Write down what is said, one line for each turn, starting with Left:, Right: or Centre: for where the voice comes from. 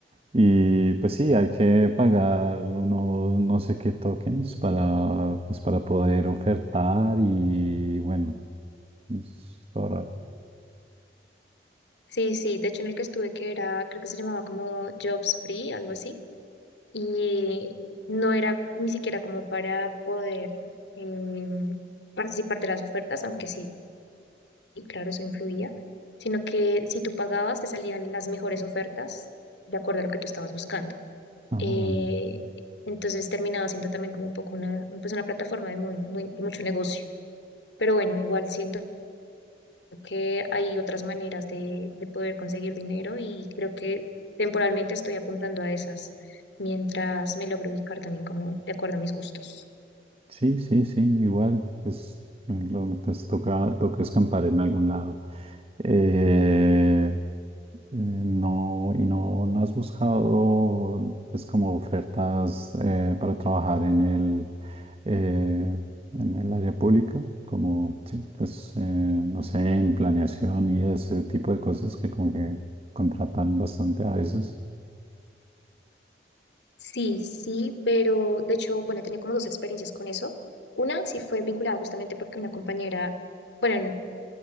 Right: y pues sí, hay que pagar uno, no sé qué tokens para, pues para poder ofertar y bueno, es todo raro.
Left: Sí, sí, de hecho en el que estuve que era, creo que se llamaba como Jobs Free, algo así, y no era ni siquiera como para poder em, participar de las ofertas, aunque sí, claro, eso influía, sino que si tú pagabas te salían las mejores ofertas de acuerdo a lo que tú estabas buscando.
Right: Ah.
Left: Eh, entonces terminaba siendo también como un poco una, pues una plataforma de, muy, muy, de mucho negocio. Pero bueno, igual siento que hay otras maneras de, de poder conseguir dinero y creo que temporalmente estoy apuntando a esas mientras me logro ubicar también como de acuerdo a mis gustos.
Right: Sí, sí, sí, igual, pues, lo- pues toca, toca escampar en algún lado. Eh, eh, no, y no, no has buscado, pues, como ofertas eh, para trabajar en el, eh, en el área pública, como, sí, pues, eh, no sé, en planeación y ese tipo de cosas que como que contratan bastante a veces.
Left: Sí, sí, pero de hecho, bueno, he tenido como dos experiencias con eso. Una sí fue vinculada justamente porque una compañera, bueno, n-